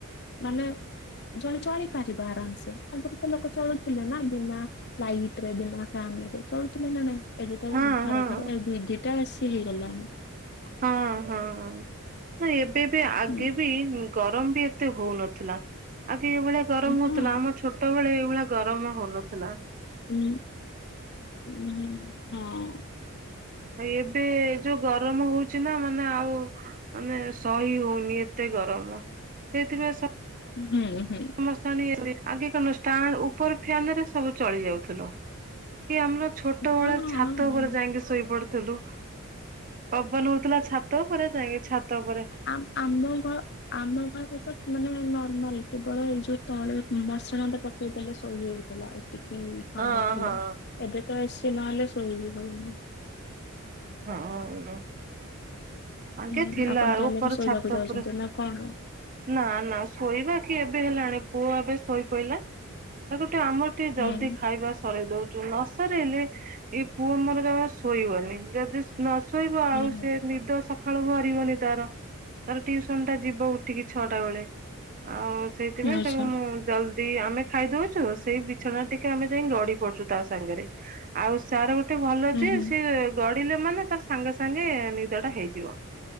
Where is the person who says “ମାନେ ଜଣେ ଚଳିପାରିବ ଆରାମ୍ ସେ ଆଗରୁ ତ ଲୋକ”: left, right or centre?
Left